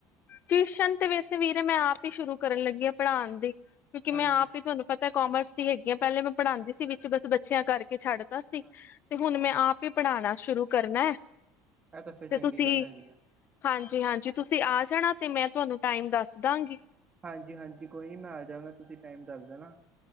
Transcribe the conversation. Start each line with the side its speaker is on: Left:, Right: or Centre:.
Left: ਟਿਊਸ਼ਨ ਤੇ ਵੈਸੇ ਵੀਰੇ ਮੈਂ ਆਪ ਹੀ ਸ਼ੁਰੂ ਕਰਨ ਲੱਗੀ ਹਾਂ, ਪੜ੍ਹਾਨ ਦੀ। ਕਿਉਂਕਿ ਮੈਂ
Right: ਹਾਂਜੀ
Left: ਆਪ ਹੀ ਤੁਹਾਨੂੰ ਪਤਾ ਕੋਮਰਸ ਦੀ ਹੈਗੀ ਹਾਂ, ਪਹਿਲੇ ਮੈਂ ਪੜ੍ਹਾਉਂਦੀ
Right: ਹਾਂਜੀ
Left: ਸੀ, ਵਿੱਚ
Right: ਹਾਂਜੀ
Left: ਬਸ ਬੱਚਿਆਂ ਕਰਕੇ ਛੱਡ ਤਾ ਸੀ।
Right: ਹਾਂਜੀ
Left: ਤੇ
Right: ਹਾਂਜੀ
Left: ਹੁਣ, ਮੈਂ ਆਪ ਹੀ ਪੜ੍ਹਾਣਾ ਸ਼ੁਰੂ ਕਰਨਾ
Right: ਹਾਂਜੀ ਇਹ ਤਾਂ ਫਿਰ
Left: ਤੇ
Right: ਚੰਗੀ
Left: ਤੁਸੀਂ
Right: ਗੱਲ ਹੈਗੀ ਆ
Left: ਹਾਂਜੀ -ਹਾਂਜੀ, ਤੁਸੀਂ ਆ ਜਾਣਾ ਤੇ ਮੈਂ ਤੁਹਾਨੂੰ ਟਾਈਮ ਦੱਸ ਦਾਂਗੀ।
Right: ਹਾਂਜੀ- ਹਾਂਜੀ, ਕੋਈ ਨੀ ਮੈਂ ਆ ਜਾਂਗਾ, ਤੁਸੀਂ ਟਾਈਮ ਦੱਸ ਦੇਣਾ